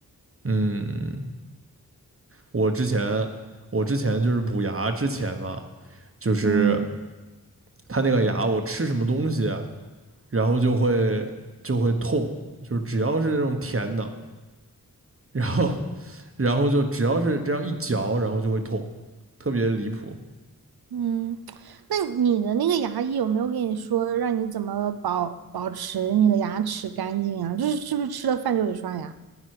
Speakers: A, on the right (about 35°); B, on the right (about 85°).
A: 嗯，我之前我之前就是补牙之前嘛，就是
B: 嗯
A: 它那个牙我吃什么东西啊，然后就会就会痛，就是只要是这种甜的，然后 <laughs> 然后就只要是这样一嚼，然后就会痛，特别离谱。
B: 嗯，<tsk> 那你的那个牙医有没有跟你说让你怎么保保持你的牙齿干净啊？就是是不是吃了饭就得刷牙？